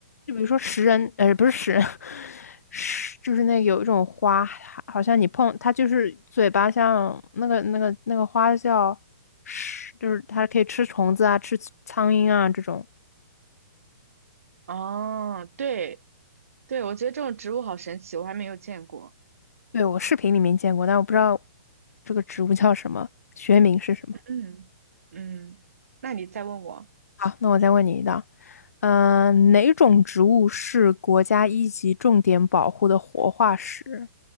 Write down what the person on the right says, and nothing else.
哦，对对，我觉得这种植物好神奇，我还没有见过。
嗯嗯，那你再问我，
嗯，